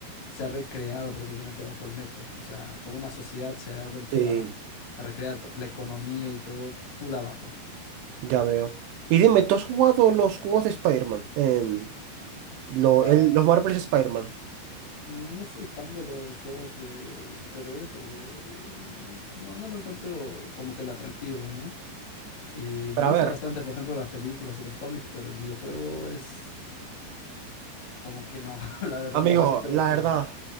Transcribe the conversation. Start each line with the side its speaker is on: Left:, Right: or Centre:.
Left: se ha recreado prácticamente bajo el metro. O sea, toda una sociedad se ha vuelto
Right: Sí.
Left: a, a recrear to- la economía y todo full abajo.
Right: Ya veo. Y dime, ¿tú has jugado los juegos de Spider-Man? En lo,
Left: Ah,
Right: el- los Marvel's Spider-Man.
Left: no soy fan de los juegos de superhéroes porque mm, no, no lo encuentro como que el atractivo, ¿no? Y me
Right: Pero
Left: gusta
Right: ver,
Left: bastante, por ejemplo, las películas y los cómics, pero el videojuego es como que no, <laughs> la verdad,
Right: amigo,
Left: no sé si tú
Right: la
Left: lo has jugado.
Right: verdad,